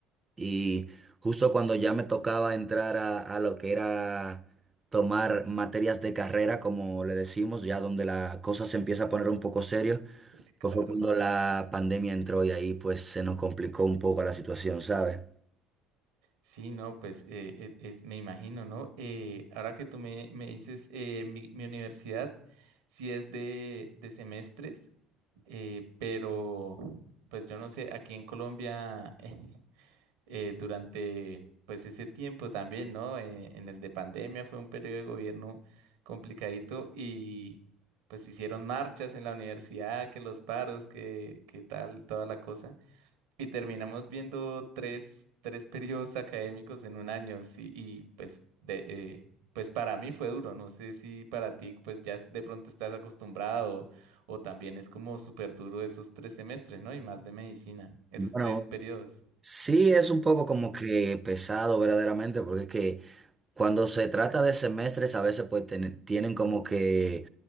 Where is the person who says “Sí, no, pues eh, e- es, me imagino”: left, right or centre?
Right